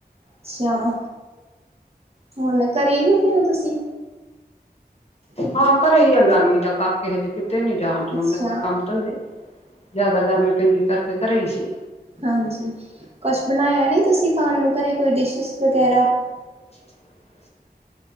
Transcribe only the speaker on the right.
ਅੱਛਾ, ਹੁਣ ਘਰੇ ਹੀ ਹੁੰਦੇ ਹੋ ਤੁਸੀਂ?
ਅੱਛਾ
ਹਾਂਜੀ, ਕੁਛ ਬਣਾਇਆ ਨੀ ਤੁਸੀਂ ਖਾਣ ਨੂੰ ਘਰੇ ਕੋਈ ਡਿਸ਼ਿਸ ਵਗੈਰਾ?